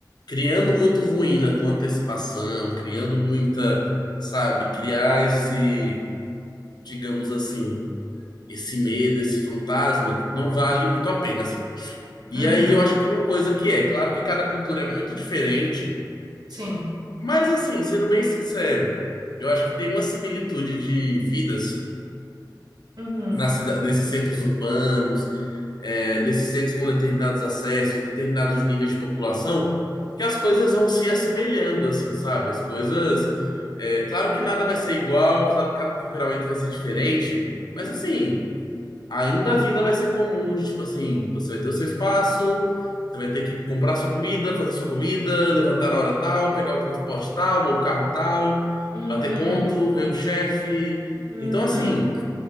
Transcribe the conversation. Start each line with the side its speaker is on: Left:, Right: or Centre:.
Left: criando muito ruína com antecipação, criando muita, sabe, criar esse, digamos assim, esse medo, esse fantasma, não vale muito a pena, assim. E
Right: Uhum,
Left: aí eu acho que tem uma coisa que é, claro que cada cultura é muito diferente,
Right: sim.
Left: mas assim, sendo bem sincero, eu acho que tem uma similitude de vidas
Right: Uhum,
Left: na cida- nesses centros urbanos, é, nesses centros com determinados acessos, determinados níveis de população, que as coisas vão se assemelhando, assim, sabe? As coisas. é, claro que nada vai ser igual, claro que cada temperamento vai ser diferente, mas assim, ainda a vida vai ser comum de tipo assim, você vai ter o seu espaço, você vai ter que comprar sua comida, fazer sua comida, levantar na hora tal, pegar o transporte tal, ou o carro tal,
Right: uhum,
Left: bater ponto, ver o chefe.
Right: uhum,
Left: Então, assim.